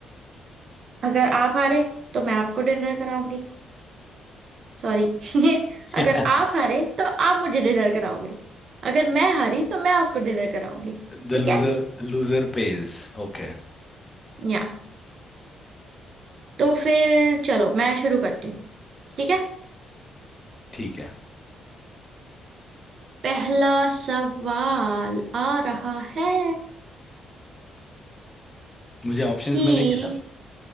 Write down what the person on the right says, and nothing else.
अगर आप हारे तो मैं आपको डिनर कराऊंगी सॉरी <laughs>
अगर आप हारे तो आप मुझे डिनर कराओगे अगर मैं हारी तो मैं आपको डिनर कराऊंगी
ठीक
है
या तो फिर चलो मैं शुरू करती हूँ ठीक है
पहला सवाल आ रहा है
कि